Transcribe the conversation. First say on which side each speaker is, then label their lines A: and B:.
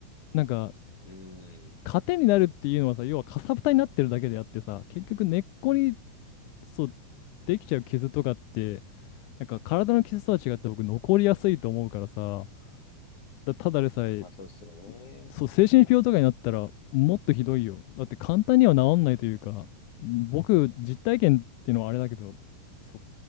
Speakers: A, on the left; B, on the left.
A: なんか、
B: うん。
A: 糧になるっていうのはさ、要はかさぶたになってるだけであってさ、結局根っこにそう、できちゃう傷とかって、なんか体の傷とは違って僕残りやすいと思うからさ、だただでさえ、
B: まあ、そうですよね。
A: そう、精神病とかになったらもっとひどいよ。だって簡単には治んないというか、僕、実体験っていうのはあれだけど、そう、